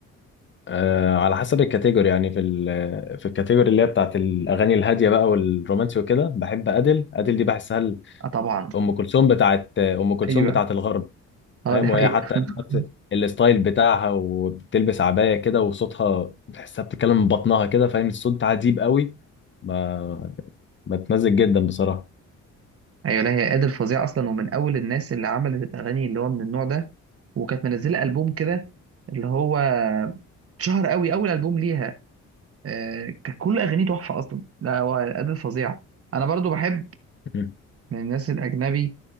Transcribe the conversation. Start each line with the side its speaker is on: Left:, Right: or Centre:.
Left: آه على حسب الكاتيجوري يعني في ال في الكاتيجوري اللي هي بتاعت الاغاني الهاديه بقى والرومانسي وكده بحب ادل ادل دي بحسها ال-
Right: اه طبعا
Left: ام كلثوم بتاعت ام كلثوم
Right: ايوه
Left: بتاعت الغرب
Right: اه
Left: فاهم
Right: دي حقيقه
Left: وهي حتى
Right: <laughs>
Left: نفس الستايل بتاعها وبتلبس عباية كده وصوتها تحسها بتتكلم من بطنها كده فاهم الصوت عجيب قوي ب- بتمزج جدا بصراحة
Right: ايوه لا هي قادر فظيع اصلا ومن اول الناس اللي عملت الاغاني اللي هو من النوع ده وكانت منزله البوم كده اللي هو اتشهر قوي اول البوم ليها آه، كانت كل اغانيه تحفه اصلا لا هو قادر فظيع انا برضو بحب
Left: مم.
Right: من الناس الاجنبي